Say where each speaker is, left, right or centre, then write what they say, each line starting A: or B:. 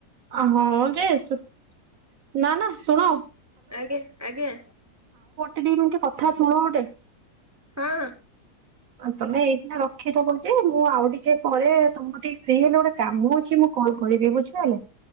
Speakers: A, on the right (about 65°); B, on the right (about 15°).
A: ଅ ହଁ ଯେ ସୁ ନା ନା ଶୁଣ
B: ଆଜ୍ଞା ଆଜ୍ଞା।
A: ଦିଇ ମିନିଟ୍ କଥା ଶୁଣ ଗୋଟେ।
B: ହଁ।
A: ତମେ ଏଇଖିନା ରଖିଦବ ଯେ ମୁଁ ଆଉ ଟିକେ ପରେ ତମ କତିକି ଟିକେ ଫ୍ରି ହେଲେ ଗୋଟେ କାମ ଅଛି ମୁଁ କଲ୍ କରିବି ବୁଝିପାରିଲ।